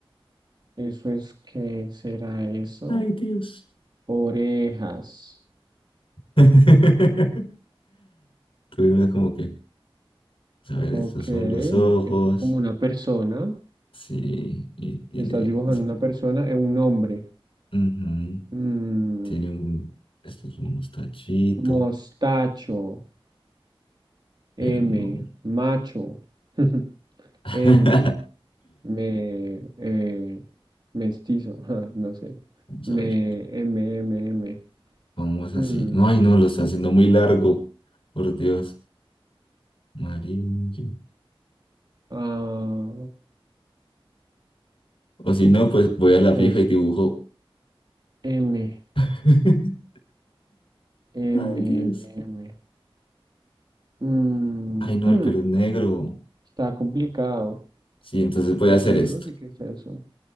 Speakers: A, on the right; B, on the left.
A: ¿Eso es qué será eso?
B: Ay, Dios.
A: Orejas.
B: <laughs> Tuve una como que... A ver, estos
A: Ok,
B: son los ojos.
A: es como una persona.
B: Sí, y tiene
A: Estás dibujando
B: así como...
A: una persona, es un hombre.
B: ujú,
A: Mm,
B: Tiene un... Esto es un mostachito,
A: mostacho,
B: pero
A: M,
B: no.
A: macho, <laughs>
B: <laughs>
A: M.
B: Vamos
A: me, eh, mestizo, <laughs> ja, no sé, me,
B: a ver.
A: M, M, M.
B: Vamos así.
A: Mm,
B: No, Ay, no, lo está haciendo muy largo. Por Dios. Amarillo.
A: ah,
B: O si no, pues voy
A: ¿qué
B: a la fija
A: es eso?
B: y dibujo.
A: M,
B: <laughs>
A: M,
B: Ay,
A: M,
B: Dios.
A: M. Mm,
B: Ay, no,
A: hmm,
B: el pelo es negro.
A: está complicado,
B: Sí, entonces voy
A: porque
B: a hacer esto.
A: yo no sé qué es eso.